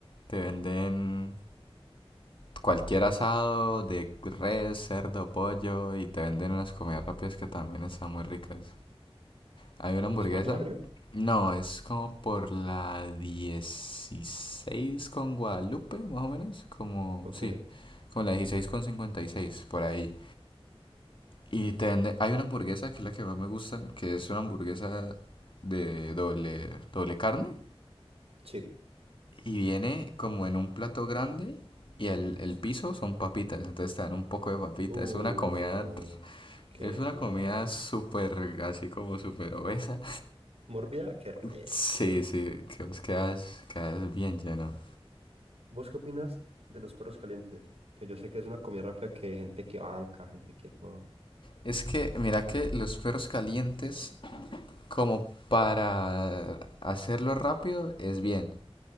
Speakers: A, on the left (about 55°); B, on the right (about 75°).
A: te venden cualquier asado de res, cerdo, pollo y te venden unas comidas rápidas que también están muy ricas. ¿Hay una
B: ¿Y
A: hamburguesa?
B: es por tu barrio?
A: No, es como por la 16 con Guadalupe, más o menos. Como,
B: Ok,
A: sí, como la 16 con 56, por ahí. Y te venden- hay una hamburguesa que es la que más me gusta, que es una hamburguesa de doble, doble carne.
B: sí.
A: Y viene como en un plato grande y el, el piso son papitas, entonces te dan un poco de papitas.
B: Uh,
A: Es una comida,
B: qué
A: es una
B: melo.
A: comida súper, así como súper obesa.
B: Mórbida, qué rico.
A: Sí, sí, que vos quedas, quedas bien lleno.
B: ¿Vos qué opinas de los perros calientes? Que yo sé que es una comida rápida que hay gente que banca, gente que no.
A: Es que, mira que los perros calientes, como para hacerlo rápido, es bien.